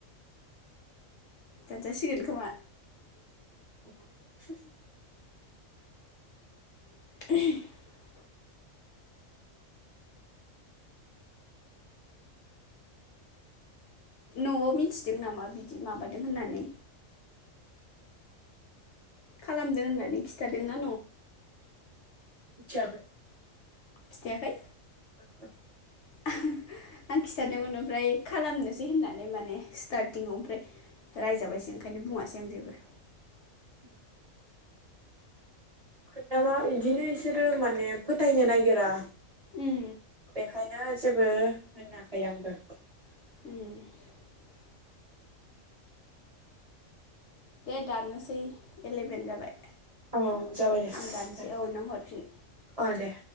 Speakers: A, on the left; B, on the right.
A: दानजा सिगोन खोमा
B: <inaudible>
A: <unintelligible> न'आव मिथिदों नामा बिदि माबादों होननानै? खालामदों
B: माखौ
A: होननानै खिथा दोंना?
B: जागोन।
A: खिथायाखै?
B: <unintelligible>
A: <unintelligible> आं खिथादोंमोन ओमफ्राय खालामनोसै होननानै माने स्टारटिंआव ओमफ्राय रायजाबायसो ओंखायनो बुंआसै। <inaudible>
B: <inaudible> खोनथाबा इदिनो इसोरो माने फोथायनो नायगिरा।
A: उम
B: बेखाय <unintelligible> जेबो होनाखै आंबो।
A: <unintelligible> दे दाननोसै एलेभेन जाबाय।
B: औ जाबाय दे
A: आं दानसै
B: दे
A: औ नों हरफिन
B: अ दे।